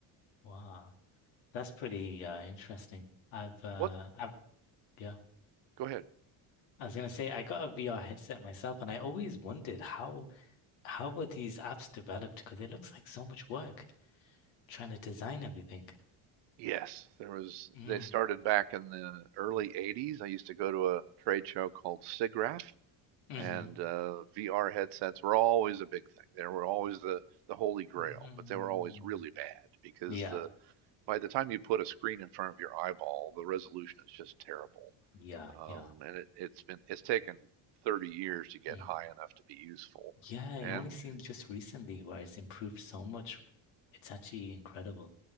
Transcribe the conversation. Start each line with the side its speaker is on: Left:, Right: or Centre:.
Left: Wow. That's pretty uh interesting. I've uh
Right: What?
Left: I've yeah.
Right: Go ahead.
Left: I was gonna say I got a VR headset myself, and I always wondered how how were these apps developed? Because it looks like so much work trying to design everything.
Right: Yes, there was.
Left: Mm,
Right: They started back in the early 80s. I used to go to a trade show called SIGGRAPH
Left: hmm
Right: and uh, VR headsets were always a big thing. They were always the the holy grail,
Left: mm
Right: but they were always really bad because
Left: Yeah,
Right: the by the time you put a screen in front of your eyeball, the resolution is just terrible.
Left: yeah,
Right: Um,
Left: yeah.
Right: and it, it's been it's taken 30 years to get
Left: Mm.
Right: high enough to be useful.
Left: Yeah,
Right: And
Left: it only seems just recently where it's improved so much. It's actually incredible.